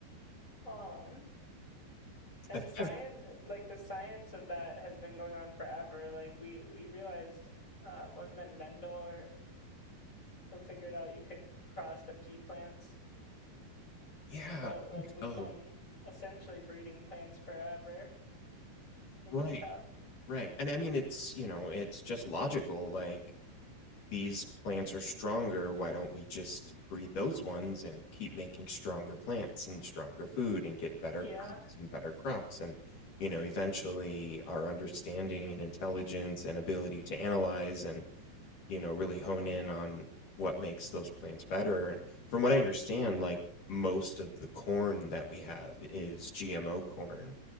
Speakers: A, on the left (about 20°); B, on the left (about 60°).
A: um and
B: i think
A: science
B: I've,
A: like the science of that has been going on forever. Like we we realized uh wasn't it Mendel or who figured out you could cross the pea plants
B: yeah
A: but
B: i
A: like
B: think
A: we've
B: so
A: been essentially breeding plants forever. Humans
B: right
A: have.
B: right and i mean it's you know it's just logical like these plants are stronger. Why don't we just breed those ones and keep making stronger plants and stronger food and get better
A: Yeah,
B: crops and better crops? And, you know, eventually our understanding and intelligence and ability to analyze and, you know, really hone in on what makes those plants better. And from what I understand, like most of the corn that we have is GMO corn.